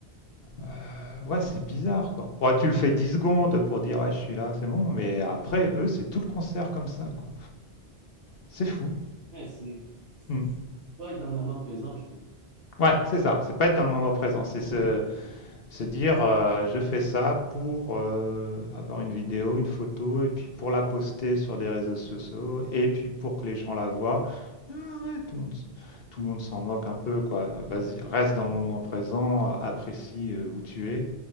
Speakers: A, on the left (about 60°); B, on the right (about 70°).
A: euh, ouais, c'est bizarre quoi. Ouais, tu le fais 10 secondes pour dire, ouais, je suis là, c'est bon, mais après, eux, c'est tout le concert comme ça, quoi. C'est fou.
B: ouais, c'est, c'est
A: Mm.
B: pas être dans le moment présent, je trouve.
A: Ouais, c'est ça, c'est pas être dans le moment présent, c'est se Se dire, euh, je fais ça pour euh, avoir une vidéo, une photo, et puis pour la poster sur les réseaux sociaux, et puis pour que les gens la voient. Mais Arrête, tout le monde, s- tout le monde s'en moque un peu, quoi. Vas-y, reste dans le moment présent, euh, apprécie euh, où tu es,